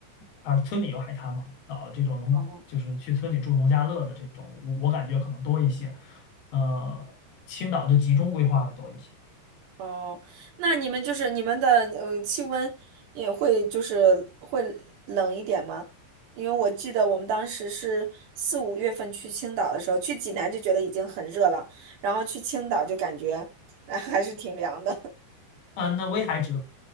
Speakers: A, on the left; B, on the right.
A: 啊，村里有海滩嘛，啊，这种农就是去村里住农家乐的这种，
B: 哦。
A: 我我感觉可能多一些。呃，青岛的集中规划的多一些。
B: 哦，那你们就是你们的呃气温也会就是会冷一点吗？因为我记得我们当时是四五月份去青岛的时候，去济南就觉得已经很热了，然后去青岛就感觉哎还是挺凉的，
A: 嗯，呃那威海只